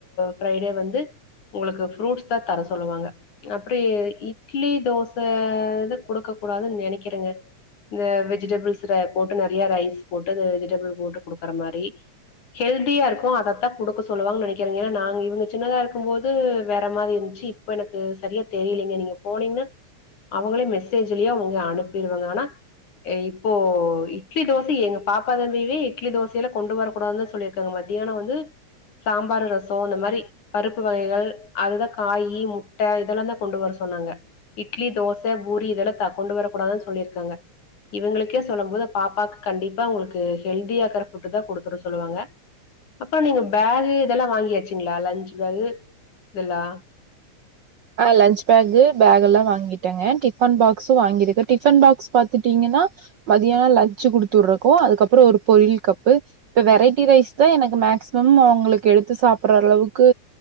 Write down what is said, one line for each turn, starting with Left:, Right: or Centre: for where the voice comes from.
Left: ஃப்ரைடே வந்து உங்களுக்கு ஃப்ரூட்ஸ்தா தர சொல்லுவாங்க அப்டி இட்லி தோச இத குடுக்க கூடாதுனு நெனைக்றங்க இந்த வெஜிடபிள்ஸ் போட்டு நெறையா ரைஸ் போட்டு இந்த வெஜிடபிள் போட்டு குடுக்கற மாரி ஹெல்தியாருக்கு அதத்தா குடுக்க சொல்லுவாங்க நெனைக்றே ஏனா நாங்க இவங்க சின்னதா இருக்கம்போது வேற மாதிரிந்துச்சி இப்ப எனக்கு சரியா தெரிலிங்க நீங்க போனீங்கனா அவங்களே மெசே சேஜ்லே அவங்க அனுப்பிருவாங்க ஆனா இப்போ இட்லி தோச எங்க பாப்பா தம்பியவே இட்லி தோசையெல்லா கொண்டு வரக்கூடாதுனுதா சொல்லிருக்காங்க மத்தியான வந்து சாம்பாரு ரசோ இந்த மாரி பருப்பு வகைகள் அதுல காயி முட்ட இதெல்லா தா கொண்டு வர சொன்னாங்க இட்லி தோச பூரி இதெல்லா த கொண்டு வரக்கூடாதுனு சொல்லிருக்காங்க இவங்ளுக்கே சொல்லம்போது பாப்பாக்கு கண்டிப்பா ஒங்ளுக்கு ஹெல்தியாருக்கற ஃபுட் தா குடுத்துவிட சொல்லுவாங்க அப்ற நீங்க பேகு இதெல்லா வாங்கியாச்சுங்ளா லஞ்ச் பேகு இதெல்லா
Right: ஆ லஞ்ச் பேகு பேக் எல்லா வாங்கிட்டேங்க டிஃபன் பாக்ஸும் வாங்கிருக்க டிஃபன் பாக்ஸ் பாத்துட்டீங்னா மதியான லஞ்ச் குடுத்து வுட்றக்கு அதக்கப்புற ஒரு பொரியல் கப்பு இப்ப வெரைட்டி ரைஸ் தா எனக்கு மேக்சிமம் அவங்களுக்கு எடுத்து சாப்ட்ற அளவுக்கு